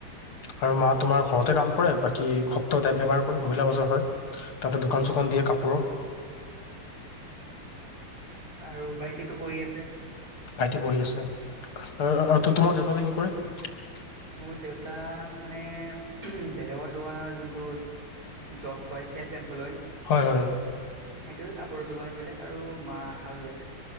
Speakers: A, on the left; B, on the right.
A: আৰু মা তোমাৰ ঘৰতে কাম কৰে, বাকী সপ্তাই এবাৰ কৈ মহিলা বজাৰ হয়, তাতে দোকান চোকান দিয়ে কাপোৰৰ ।
B: আৰু ভাইটিতো পঢ়ি আছে?
A: ভাইটি পঢ়ি আছে। আৰু তোমাৰ দেউতাৰায়ে কি কৰে?
B: মোৰ দেউতা মানে, বেলেগৰ দোকানৰ যোনটো জব কয়, চেইলচমেন এম্পলয় সেইটো।
A: হয় হয়
B: কাপোৰৰ দোকানত বেলেগ, আৰু মা হাউচ ৱাইফ।